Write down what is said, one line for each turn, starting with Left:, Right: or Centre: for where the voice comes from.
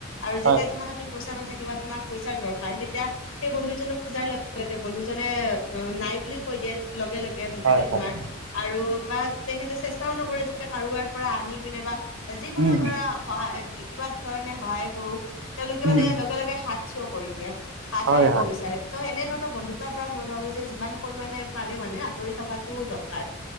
Left: আৰু যেতিয়া
Right: হয়
Left: তোমাৰ হাতত পইচা নাথাকে বা তোমাক পইচাৰ দৰকাৰ, তেতিয়া সেই বন্ধুজনক <unintelligible> বন্ধুজনে অ নাই বুলিও কৈ দিয়ে। লগে লগে মুখতে
Right: হয় হয়
Left: তোমাৰ আৰু বা তেখেতে চেষ্টাও নকৰে যে কাৰোবাৰ পৰা আনি পিনে বা যিকোনো
Right: উম, উম,
Left: ধৰা
Right: হুম
Left: সহায় কিবা ধৰণে সহায় কৰো, তেওঁলোকে
Right: উম,
Left: মানে
Right: উম।
Left: লগে লগে হাত থিয় কৰি দিয়া, হাত
Right: হয়
Left: সাৰিব
Right: হয়
Left: বিচাৰে। ত' সেনেধৰণৰ বন্ধুত্বৰ পৰা মই ভাবো যে যিমান পৰিমাণে পাৰে মানে আঁতৰি থকাটো দৰকাৰ।